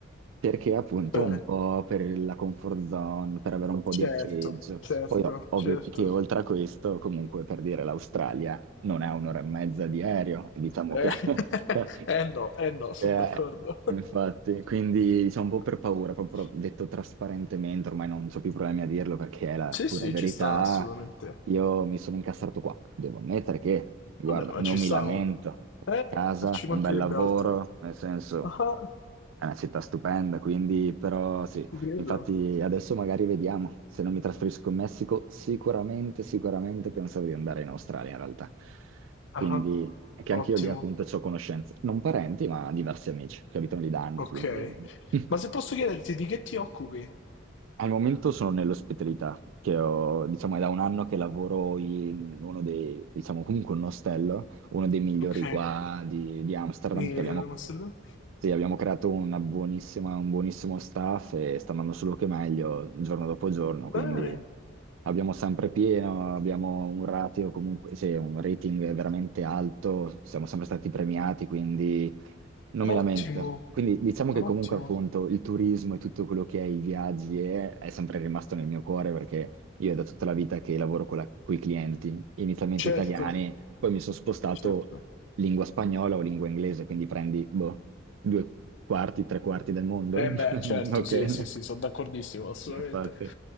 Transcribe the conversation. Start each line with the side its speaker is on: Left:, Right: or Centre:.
Right: Perché appunto
Left: Bene.
Right: un po' per la comfort zone, per avere un po'
Left: Certo,
Right: di appeggio.
Left: certo,
Right: Poi ov- ovvio
Left: certo.
Right: che oltre a questo, comunque per dire l'Australia non è un'ora e mezza di aereo, diciamo
Left: Eh,
Right: che...
Left: <laughs>
Right: <laughs>
Left: eh no, eh no, sono
Right: Eh,
Left: d'accordo.
Right: infatti, quindi diciamo
Left: <laughs>
Right: un po' per paura, proprio detto trasparentemente, ormai non ho più problemi a dirlo perché è la
Left: Sì,
Right: pura
Left: sì,
Right: verità,
Left: ci sta assolutamente.
Right: io mi sono incastrato qua, devo ammettere che, guarda,
Left: Vabbè, ma
Right: non
Left: ci stavo.
Right: mi lamento,
Left: Eh,
Right: casa,
Left: ci mancherebbe
Right: un bel lavoro,
Left: altro.
Right: nel senso...
Left: Ah,
Right: È una città stupenda, quindi però sì,
Left: ci credo.
Right: Infatti adesso magari vediamo, se non mi trasferisco in Messico, sicuramente, sicuramente pensavo di andare in Australia in realtà. Quindi,
Left: Ah,
Right: che
Left: Ottimo,
Right: anche io lì appunto ho conoscenze, non parenti, ma diversi amici che abitano lì da anni,
Left: ok.
Right: quindi <laughs>
Left: Ma se posso chiederti di che ti occupi
Right: Al momento sono nell'ospitalità, che ho, diciamo, è da un anno che lavoro in uno dei, diciamo, comunque un ostello, uno dei migliori
Left: ok.
Right: qua di, di Amsterdam,
Left: in
Right: che abbiamo,
Left: Amsterdam?
Right: sì, abbiamo creato una buonissima, un buonissimo staff e sta andando solo che meglio giorno dopo giorno, quindi
Left: Bene.
Right: abbiamo sempre pieno, abbiamo un ratio comunque, cioè un rating veramente alto, siamo sempre stati premiati, quindi non mi lamento.
Left: Ottimo,
Right: Quindi diciamo
Left: ottimo,
Right: che comunque appunto il turismo e tutto quello che è i viaggi è, è sempre rimasto nel mio cuore perché io è da tutta la vita che lavoro con i clienti, inizialmente
Left: certo,
Right: italiani, poi mi sono spostato
Left: certo.
Right: lingua spagnola o lingua inglese, quindi prendi, boh, due quarti, tre quarti del mondo.
Left: Eh beh, certo,
Right: <laughs> Ok.
Left: sì, sì, sì, sono d'accordissimo, assolutamente.
Right: Infatti,